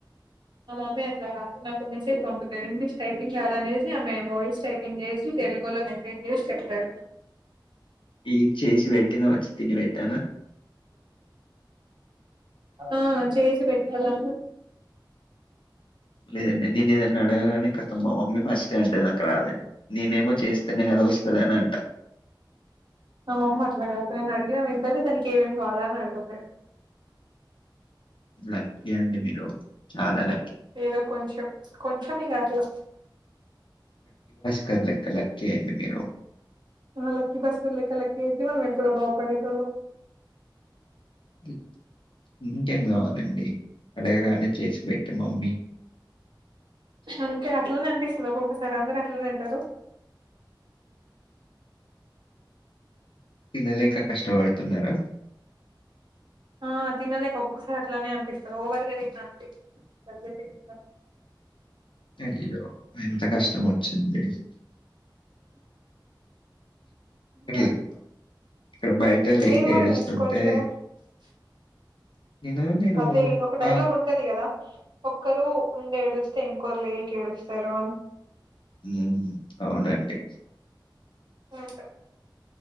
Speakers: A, on the right (about 65°); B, on the left (about 85°).
A: మా మమ్మీ అట్లా కాదు నాకు మెసేజ్ పంపుతుంది ఇంగ్లీష్ టైపింగ్ రా దనేసి ఆమె వాయిస్ టైపింగ్ చేసి తెలుగులో మెసేజ్ చేసి చెప్తారు
B: ఈ చేసి పెట్టినా వచ్చి తిని పెట్టానా
A: ఆ చేసి పెట్టాలా
B: లేదండి నేను ఏదైనా అడగానే ఖతం మా మమ్మీ ఫస్ట్ అంటే నాకు రాదని నేనేమో చేస్తేనే కదా వస్తుందని అంట
A: మా మమ్మ అట్లాగద నేను అడిగిన ఏంటనే డాన్నికి ఏమేమి కావాలాని అంటుంది
B: లక్కీ అండి మీరు చాలా లక్
A: ఏదో కొంచంచం కొంచంగా అట్లా
B: క్కలెక్కలక్క అండి మీరు
A: లక్కకి బస్కులక క్కకి అయితే మన మేము క ఎప్పుడో బాగుపడేటలామ్
B: అ ఇంకేం కావాలండి అడగగానే చేసి పెెట్టే మమ్మీ
A: అంటే అట్లనే అనిపిస్తుంది ఒక్కొక్కసారి అందరు అట్లనే అంటారు
B: తినలేక కష్టపడుతున్నారా
A: ఆ తిినలేక ఒక్కొక్కసారి అట్లానే అనిపిస్తారు ఓవర్గా తిన్న అనిపి <inaudible>
B: అయ్యో ఎంత కష్టం వచ్చింది
A: అంతే
B: ఇ
A: అండి.
B: ఇక్కడ బయట లేక
A: మీరు కూడా
B: ఏడుస్తుంటే
A: నేర్చుకోవచ్చు <inaudible>
B: నేను నేను
A: అదే ఒక డైలాగ్
B: బా
A: ఉంటది కదా ఒక్కరు ఉండడి ఏడుస్తే ఇంకొరు లేకా ఏడుస్తారు అని
B: ఉమ్ అవునండి
A: ఒకే